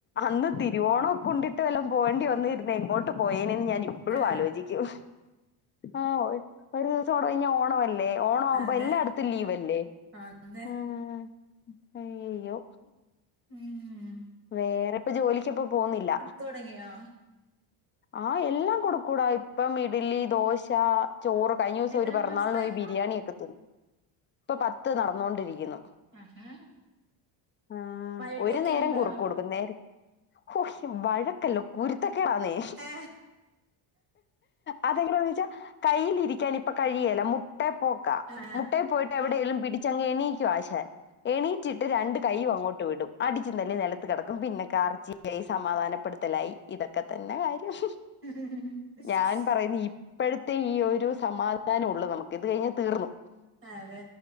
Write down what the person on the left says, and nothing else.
അന്ന് തിരുവോണക്കെ ഉണ്ടിട്ട് വല്ലോം പോവണ്ടി വന്നിരുന്നെ എങ്ങോട്ട് പോയേനെന്ന് ഞാൻ ഇപ്പൊ ഇപ്പളും
ആലോചിക്കും ആഹ് ഒരു <unintelligible> കഴിഞ്ഞ ഓണവല്ലേ ഓണം ആവുമ്പോ
എല്ലായിടത്തും ലീവ് അല്ലേ?
ഉം അയ്യോ
വേറെ ഇപ്പൊ ജോലിക്കിപ്പൊ പോവ്ന്നില്ല
ആഹ് എല്ലാം കൊടുക്കൂവെടാ ഇപ്പം ഇഡ്ലി, ദോശ ചോറ് കഴിഞ ദിവസം
ഒരു പിറന്നാളിന്
പോയി ബിരിയാണിയക്കെ തിന്നു ഇപ്പൊ പത്ത് നടന്നു കൊണ്ടിരിക്കുന്നു
ആഹ്
ഒരു നേരം
കുറുക്ക് കൊടുക്കുന്നെ നേര ഓഹ് വഴക്കല്ല കുരുത്തക്കേടാന്നെ
അത് എങ്ങനാന്ന് വെച്ചാ കയിലിരിക്കാൻ ഇപ്പ കഴിയേല്ല മു മുട്ടെ പോക്ക
മുട്ടെയിൽ പോയിട്ട് എവിടേലും പിടിച്ചങ്ങ് എണീക്കുവാശാൻ എണീ റ്റിട്ട് രണ്ട് കൈയും അങ്ങോട്ട് വിടും അടിച്ച് തല്ലി നിലത്ത് കിടക്കും പിന്നെ കാരച്ചിലായി സമാധാനപ്പെടുത്ത ലായി ഇതൊക്കെ തന്നെ കാര്യം
ഞാൻ പറയുന്ന ഈ ഇപ്പഴത്തെ ഈ ഒരു സമാധാനം ഒള്ളു നമക്ക് ഇത് കഴിഞ്ഞ തീർന്നു